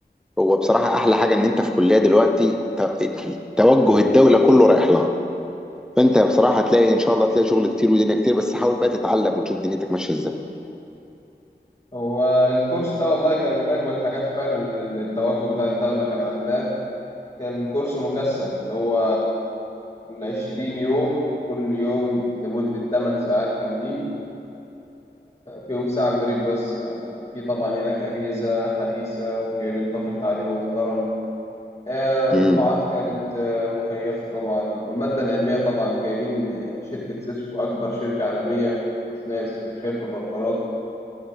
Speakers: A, in the centre; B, on the left.
A: هو بصراحة أحلى حاجة إن أنت في كلية دلوقتي ت- توجه الدولة كله رايح لها فأنت بصراحة هتلاقي إن شاء الله هتلاقي شغل كتير ودنيا كتير بس حاول بقى تتعلم وتشوف دنيتك ماشية إزاي
B: هو الكورس ده والله كان من أجمل الحاجات فعلا اللي التوجه بتاع الدولة كان عاملاه كان كورس مكثف اللي هو العشرين يوم كل يوم لمدة 8 ساعات كاملين فيهم ساعة بريك بس يعني وفي طبعا هناك أجهزة حديثة وجايبين طاقم تعليمي محترم آه، القاعات
A: امم
B: كانت آه، مكيفة طبعا والمادة العلمية طبعا جايبين آه، شركة سيسكو أكبر شركة عالمية في تصنيع السويتشات والراوترات